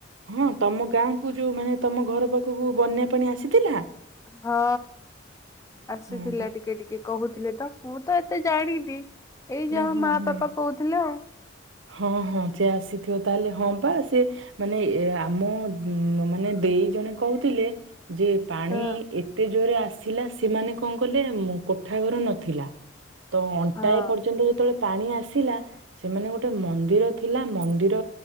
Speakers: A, on the right (about 80°); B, on the left (about 15°).
A: ହଁ ତମ ଗାଁକୁ ଯୋଉ ମାନେ ତମ ଘର ପାଖକୁ ବନ୍ୟା ପାଣି ଆସିଥିଲା?
B: ହଁ ଆସିଥିଲା
A: ହଁ ବା
B: ଟିକେ ଟିକେ। କହୁଥିଲେତ ମୁଁତ ଏତେ ଜାଣିନି ଏଇ
A: ହୁଁ
B: ଯାହା
A: ହୁଁ
B: ମା
A: ହୁଁ
B: ବାପା କହୁଥିଲେ ଆଉ।
A: ହଁ ହଁ ସେ ଆସିଥିବ ତାହେଲେ ହଁପା ସେ ମାନେ ଏ ଆମ ହୁଁ ମାନେ ଦେଇ ଜଣେ କହୁଥିଲେ ଯେ ପାଣି
B: ହଁ
A: ଏ ଏତେ ଜୋରେ ଆସିଲା ସେମାନେ କଣ କଲେ କୋଠା ଘର ନଥିଲା ତ ଅଣ୍ଟାଏ
B: ହଁ
A: ପର୍ଯ୍ୟନ୍ତ ଯେତେବେଳେ ପାଣି ଆସିଲା ସେମାନେ ଗୋଟେ ମନ୍ଦିର ଥିଲା ମନ୍ଦିର